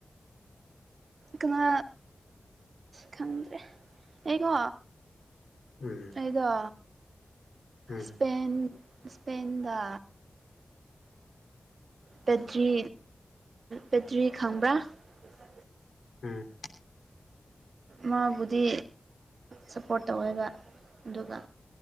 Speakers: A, on the right; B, on the left.
A: ꯀꯅꯥ ꯈꯪꯗ꯭ꯔꯦ ꯑꯩꯀꯣ
B: ꯎꯝ
A: ꯑꯩꯗꯣ
B: ꯎꯝ
A: ꯏꯁꯄꯦꯟ ꯏꯁꯄꯦꯟꯗ ꯕꯦꯇ꯭ꯔꯤ ꯕꯦꯇ꯭ꯔꯤ ꯈꯪꯕ꯭ꯔꯥ ꯄꯁ
B: ꯎꯝ
A: ꯃꯥꯕꯨꯗꯤ ꯁꯞꯄꯣꯔꯠ ꯇꯧꯋꯦꯕ ꯑꯗꯨꯒ